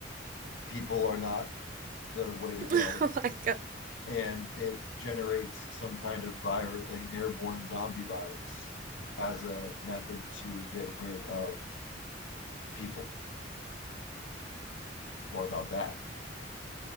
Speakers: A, on the left; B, on the right.
A: people are not the way to
B: <laughs>
A: go.
B: Oh my God.
A: And it generates some kind of virus, like an airborne zombie virus, as a method to get rid of people. What about that?